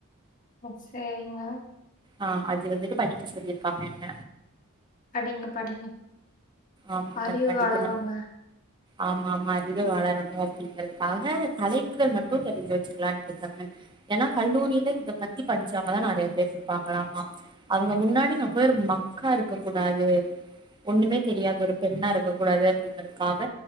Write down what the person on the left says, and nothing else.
ஆ சேரிங்க
படிங்க படிங்க
அறிவு
வளருங்க